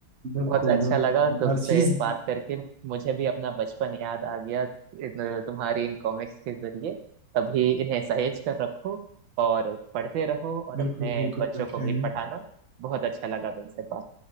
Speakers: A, on the right; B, on the right.
A: बिल्कुल
B: बहुत अच्छा
A: बिल्कुल
B: लगा तुमसे
A: हर चीज
B: बात करके मुझे भी अपना बचपन याद आ गया इन, तुम्हारी इन कॉमिक्स के जरिए अभी इन्हें सहेज कर रखो और पढ़ते रहो और
A: बिल्कुल
B: अपने
A: बिल्कुल
B: बच्चों
A: रखेंगे
B: को भी पढ़ाना बहुत अच्छा लगा तुमसे बात